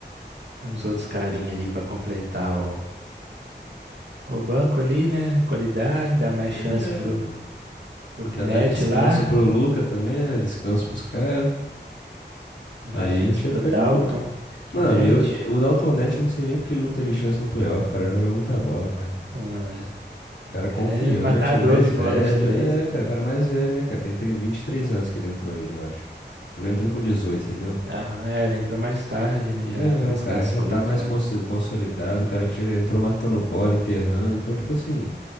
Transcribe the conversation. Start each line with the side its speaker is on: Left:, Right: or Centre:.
Right: uns outros carinha ali para completar o, o banco ali, né? Qualidade, dar mais
Left: É,
Right: chance pro
Left: pô.
Right: O
Left: Dá,
Right: Knet
Left: dá descanso
Right: lá,
Left: pro Luca também, né? Descanso pros caras.
Right: dá
Left: Aí
Right: chance
Left: a gente vai
Right: pro
Left: ficar
Right: Dalton.
Left: de boa.
Right: Knet,
Left: Mano, eu, o Dalton Neto eu não sei nem porque ele não teve chance no playoff, cara. Joga muita bola, cara.
Right: ah,
Left: Cara confiante,
Right: o cara é matador
Left: mais
Right: de bola
Left: velho.
Right: de três,
Left: É,
Right: né?
Left: cara, cara mais velho, né, cara? Tem trinta vinte e três anos que ele entrou aí, eu acho. Ele não entrou com 18 entendeu?
Right: Aham, é, ele entrou mais tarde, né? Já,
Left: É,
Right: mais
Left: o cara
Right: cascudo
Left: que já tá mais
Right: já.
Left: cons- consolidado, o cara que já entrou matando bola, enterrando. Então, tipo assim,